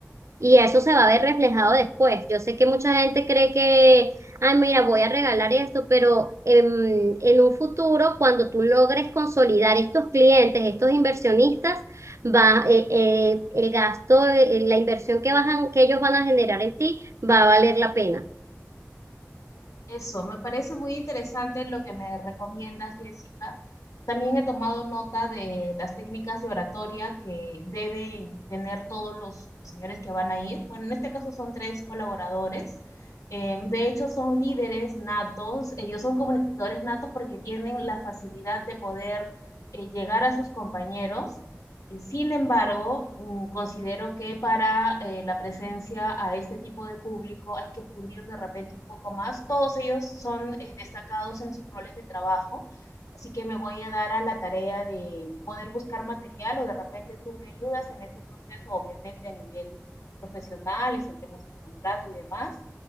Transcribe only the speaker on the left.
Eso, me parece muy interesante lo que me recomiendas, Jessica. También he tomado nota de las técnicas de oratoria que deben tener todos los, señores que van a ir. Bueno, en este caso son tres colaboradores. Eh, de hecho, son líderes natos. Ellos son comunicadores natos porque tienen la facilidad de poder eh, llegar a sus compañeros eh, Sin embargo, mm, considero que para eh, la presencia a este tipo de público hay que pulir de repente un poco más. Todos ellos son eh, destacados en sus roles de trabajo, así que me voy a dar a la tarea de poder buscar material o de repente tú me ayudas en este proceso, obviamente a nivel profesional, extendemos un contrato y demás.